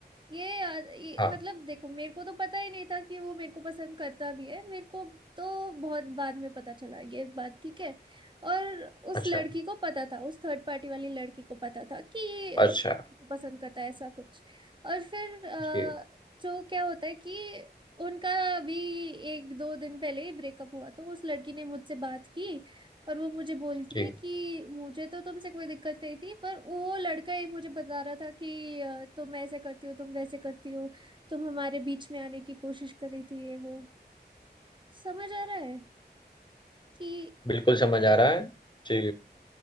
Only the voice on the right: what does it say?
ये, आ, ये
मतलब देखो मेरे को तो पता ही नहीं था कि वो मेरे को पसंद करता भी है मेरे को तो बहुत बाद में पता चला ये बात ठीक है और उस
लड़की को पता था उस थर्ड पार्टी वाली लड़की को पता था कि ये अ,
मेरे को पसंद करता है ऐसा कुछ और फिर अ,
जो क्या होता है कि उनका भी एक दो दिन पहले ही ब्रेकअप हुआ तो उस लड़की ने मुझसे बात की और वो मुझे बोलती
है कि मुझे तो तुमसे कोई दिक्कत नहीं थी पर वो लड़का ही मुझे बता रहा था कि अ, तुम ऐसे करती हो तुम वैसे करती हो तुम हमारे बीच में आने की कोशिश कर रही थी ये वो समझ आ रहा है कि